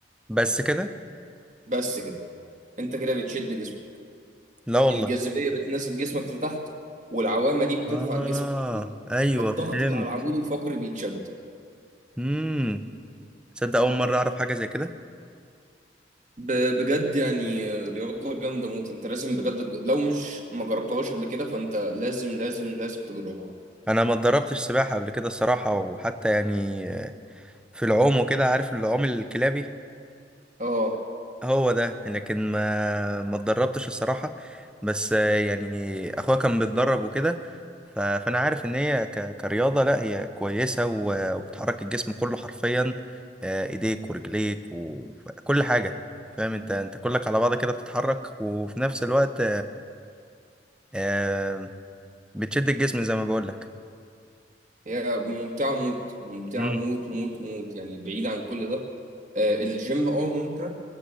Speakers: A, in the centre; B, on the right (about 45°).
A: بس كده
B: بس كده انت كده بتشد جسمك
A: لا والله
B: الجاذبيه بتنزل جسمك لتحت والعوامه دي بترفع
A: آه
B: جسمك لفوق
A: أيوه
B: والضغط
A: فهمت
B: اللي على العمود الفقري بيتشد
A: امم تصدق أول مرة أعرف حاجة زي كده
B: ب- بجد يعني رياضة جامدة موت انت لازم بجد لو مش ما جربتهاش قبل كده فانت لازم لازم لازم تجربها
A: أنا ما اتدربتش سباحة قبل كده الصراحة وحتى يعني في العوم وكده عارف العوم الكلابي
B: اه
A: هو ده لكن ما ما اتدربتش الصراحة بس آه، يعني اخويا كان بيتدرب وكده ف- فانا عارف ان هي ك- كرياضة لا هي كويسة و- وبتحرك الجسم كله حرفيا آه، ايديك ورجليك وكل حاجة فاهم انت انت كلك على بعض كده بتتحرك وفي نفس الوقت آه، بتشد الجسم زي ما بقول لك
B: هي ممتعة موت ممتعة
A: امم
B: موت موت موت يعني بعيد عن كل ده آه، الجيم اه ممتع